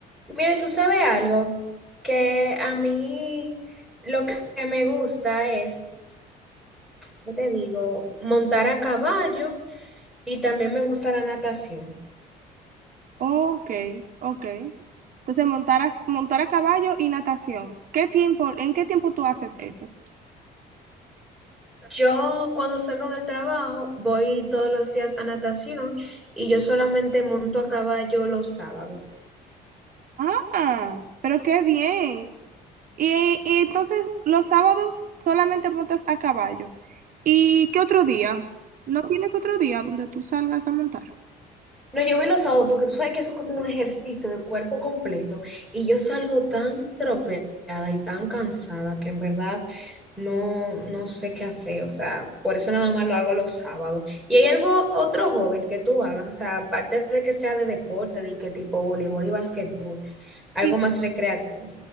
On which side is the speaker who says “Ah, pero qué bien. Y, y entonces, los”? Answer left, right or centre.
Right